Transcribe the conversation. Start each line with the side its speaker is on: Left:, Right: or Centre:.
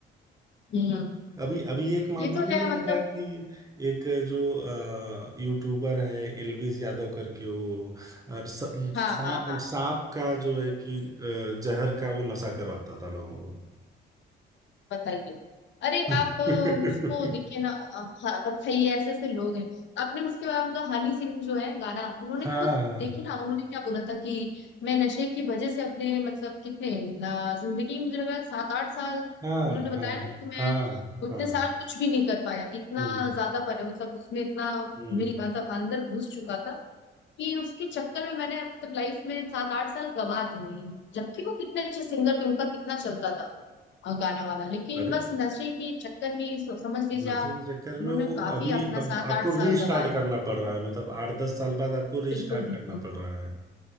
Left: हम्म,
Right: अभी अभी एक मामला
Left: ये तो
Right: नहीं
Left: है मतलब
Right: है था कि एक जो यूट्यूबर है एलविस यादव करके वो अ, स-
Left: हाँ
Right: सा-
Left: हाँ हाँ
Right: सांप का जो है कि अ, जहर का वो नशा करवाता था लोगों को
Left: बताइए अरे
Right: <laughs>
Left: आप अ, उसको देखिए ना हाँ, बताइए ऐसे ऐसे लोग हैं आपने उसके बाद मतलब हनी सिंह जो है गाना उन्होंने
Right: हाँ
Left: खुद देखिए ना उन्होंने क्या बोला था कि मैं नशे की वजह से अपने मतलब कितने अ, जिंदगी में मुझे लगा सात आठ साल उन्होंने
Right: हाँ
Left: बताया
Right: हाँ
Left: ना कि मैं
Right: हाँ
Left: उतने
Right: हाँ
Left: साल कुछ भी नहीं कर पाया इतना
Right: हम्म
Left: ज्यादा पर मतलब उसमें इतना
Right: हम्म
Left: मेरी मतलब अंदर घुस चुका था कि उसके चक्कर में मैंने अब तक लाइफ में सात आठ साल गवा दिए हैं। जबकि वो कितने अच्छे सिंगर थे उनका कितना चलता था और गाना वाला लेकिन
Right: अरे
Left: बस नशे के चक्कर में सो- समझ लीजिए
Right: नशे
Left: आप
Right: के चक्कर
Left: उन्होंने
Right: में वो
Left: काफी
Right: अभी
Left: अपना
Right: अब
Left: सात
Right: आपको
Left: आठ साल
Right: रीस्टार्ट
Left: गंवाए
Right: करना पड़ रहा है मतलब आठ दस साल बाद आपको
Left: बिल्कुल
Right: रीस्टार्ट
Left: बिल्कुल
Right: करना पड़ रहा है